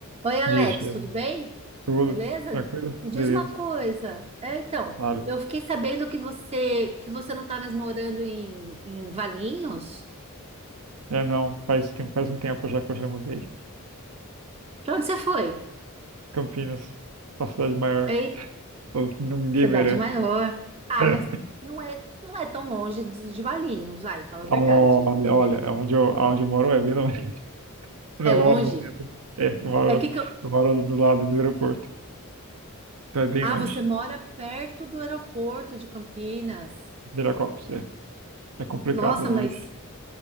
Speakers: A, on the right (about 25°); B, on the right (about 85°).
A: Oi, Alex,
B: Dia, Estevam.
A: tudo bem?
B: Tudo
A: Beleza?
B: tranquilo?
A: Me diz
B: Beleza.
A: uma coisa. É, então,
B: Claro.
A: eu fiquei sabendo que você que você não está mais morando em, em Valinhos.
B: É, não. Faz tempo, faz um tempo já que eu já mudei.
A: Para onde você foi?
B: Campinas, uma cidade maior.
A: Ei,
B: Pô, Ninguém
A: cidade
B: merece.
A: maior. Ah,
B: <laughs>
A: mas não é não é tão longe de, de Valinhos, vai, fala a verdade.
B: Olha,
A: É Até que
B: olha, onde eu, onde eu moro é bem longe. <laughs> Não,
A: é longe.
B: eu moro no centro. É, eu moro,
A: É que, que eu...
B: eu moro do lado do aeroporto. Então é bem
A: Ah,
B: longe.
A: você mora perto do aeroporto de Campinas.
B: Viracopos, é. É complicado,
A: Nossa,
B: é longe.
A: mas